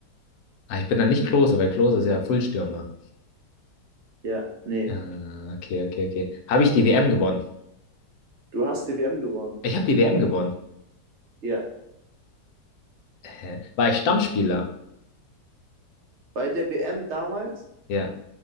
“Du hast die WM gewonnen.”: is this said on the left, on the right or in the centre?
Right